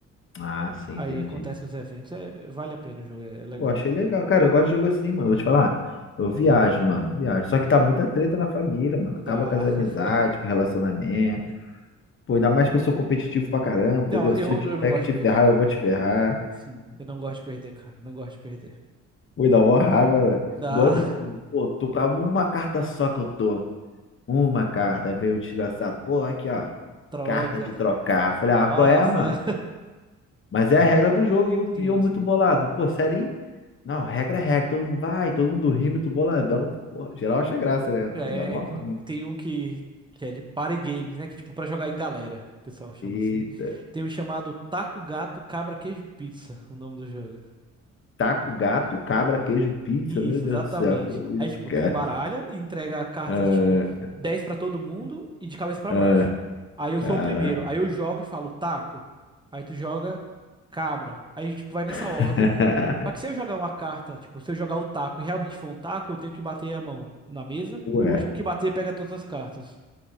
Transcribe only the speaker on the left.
Ah, sim, entendi.
Pô, achei legal. Cara, eu gosto de jogo assim, mano. Vou te falar. Eu viajo, mano, eu viajo. Só que tá muita treta na família, mano.
Acaba com as amizades,
com relacionamento. Pô, ainda mais que eu sou competitivo pra caramba, entendeu?
Se eu tiver
que te
ferrar,
eu vou te ferrar.
Pô, dá uma raiva, velho.
Igual no Uno. Pô, tô com uma carta só que eu tô. Uma carta. Aí veio o desgraçado. Pô, aqui, ó.
Carta de trocar. Falei, ah,
qual é, mano? Mas é a regra do jogo. E eu,
e eu muito
bolado. Pô, sério, hein? Não, regra é regra, todo mundo vai, todo mundo rindo, tu boladão. tu- Pô, geral acha graça, né?
Dá mó.
Eita.
Taco, gato, cabra, queijo, pizza,
meu Deus
do céu, que isso,
cara?
Ah,
ah,
cara.
<laughs>
Ué,